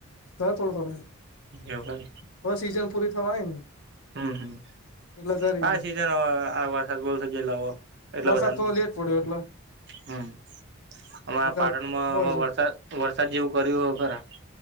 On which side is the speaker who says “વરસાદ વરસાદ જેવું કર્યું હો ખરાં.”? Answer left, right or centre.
Right